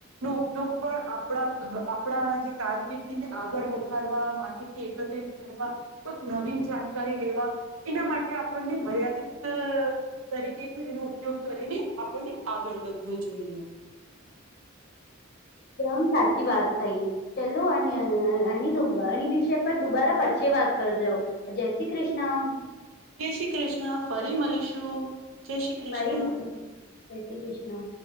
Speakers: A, on the right; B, on the left.
A: નો ઉપયોગ પણ આપણા આપણા જે કારકિર્દીને આગળ વધારવા માહિતી એકત્ર કરવા કોઈક નવીન જાણકારી લેવા એના માટે આપણને મર્યાદિત તરીકેથી વિનો ઉપયોગ કરીને આપણને આગળ વધવું જોઈએ.
B: ને સાચી વાત કઈ. ચલો અ અ વિષય પર દુબારા પછી વાત કરજાવ જય શ્રી કૃષ્ણ.
A: કેય શ્રી કૃષ્ણ ફરી મળીશું. જય શ્રી કૃષ્ણ
B: ફરી શય શ્રી કૃષ્ણ.